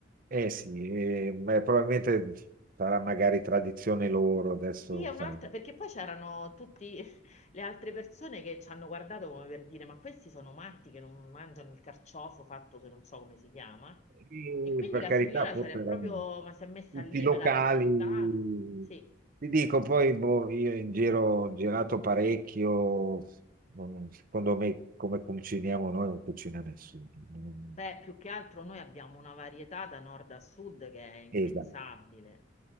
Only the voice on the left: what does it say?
Sì, è un'altra,
perché poi c'erano tutte <laughs> le altre persone che ci hanno guardato come per dire: Ma questi sono matti che non mangiano il carciofo fatto che non so come si chiama.
E quindi
la
signora
se l'è
proprio, ma si è messa
lì,
me l'ha riportato. Sì.
Beh, più che altro noi abbiamo una varietà da nord a sud che è impensabile.